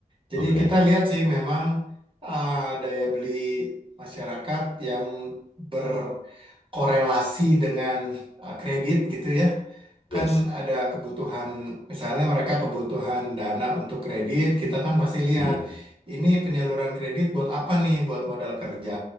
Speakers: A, on the right (about 35°); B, on the left (about 45°).
A: Jadi
B: Oke,
A: kita lihat sih memang uh, daya beli masyarakat yang berkorelasi dengan uh, kredit gitu ya.
B: Yes.
A: Kan ada kebutuhan misalnya mereka kebutuhan dana untuk kredit, kita kan pasti lihat
B: Mm-mm.
A: ini penyaluran kredit buat apa nih? Buat modal kerja